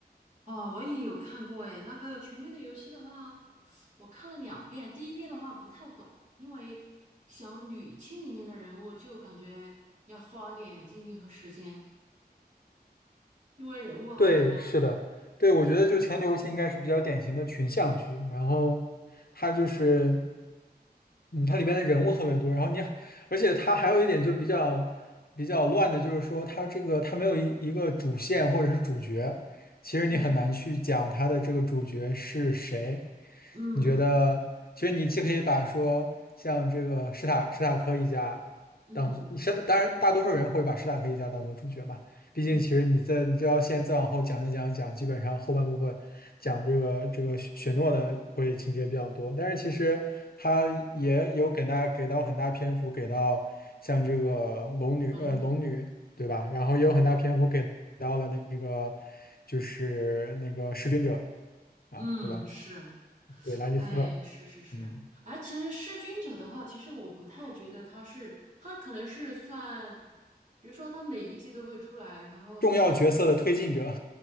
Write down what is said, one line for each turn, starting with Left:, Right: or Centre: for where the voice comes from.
Right: 哦，我也有看过诶，那个《权力的游戏》的话，我看了两遍。第一遍的话不太懂，因为想捋清里面的人物，就感觉要花一点精力和时间，因为人物好多。
Left: 对，是的，对，我觉得就前流戏应该是比较典型的群像剧，
Right: 对，
Left: 然后它就是，嗯，它里边的人物特别多，然后你，而且它还有一点就比较比较乱的，就是说它这个它没有一一个主线或者是主角，其实你很难去讲它的这个主角是谁。
Right: 嗯嗯
Left: 你觉得，其实你既可以把说像这个史塔史塔克一家。
Right: 嗯
Left: 当做现当然，大多数人会把史塔克一家当做主角嘛。毕竟，
Right: 嗯，
Left: 其实你在你就要现在再往后讲一讲讲，基本上后半部分讲这个这个雪雪诺的会情节比较多。但是其实他也有给大家给到很大篇幅，给到像这个龙女呃龙女对吧？
Right: 龙女，
Left: 然后也有很大篇幅给到了那个
Right: 对，
Left: 就是那个弑君者啊对吧？
Right: 嗯是。
Left: 对，兰尼斯特，
Right: 哎，是是是，
Left: 嗯，
Right: 哎，其实弑君者的话，其实我不太觉得他是，他可能是算，比如说他每一季都会出来，然后他的，
Left: 重要角色的推进者。